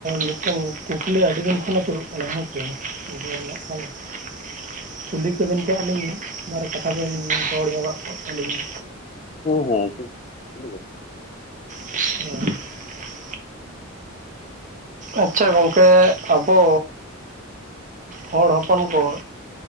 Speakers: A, on the right; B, on the left.
A: ᱢᱤᱫᱴᱮᱱ ᱠᱩᱠᱞᱤ ᱟᱹᱰᱤ ᱫᱤᱱ ᱠᱷᱚᱱ ᱟᱹᱪᱩᱨᱚᱜ ᱠᱟᱱᱟ ᱦᱮᱸ ᱪᱮ ᱟ ᱠᱷᱟᱱ <inaudible> ᱠᱩᱞᱤ ᱠᱚᱵᱮᱱ ᱠᱚᱜ ᱞᱤᱧ ᱢᱤᱫᱵᱟᱨ ᱠᱟᱛᱷᱟ ᱵᱮᱱ ᱨᱚᱲ ᱡᱚᱝᱟᱜ ᱠᱚᱜ ᱛᱞᱤᱧᱟ
B: ᱦᱮᱸ ᱦᱮᱸ ᱴᱷᱤᱠ ᱠᱩᱞᱤ ᱵᱮᱱ
A: ᱚ ᱟᱪᱪᱷᱟ ᱜᱚᱝᱠᱮ ᱟᱵᱚ ᱦᱚᱲ ᱦᱚᱯᱚᱱ ᱠᱚ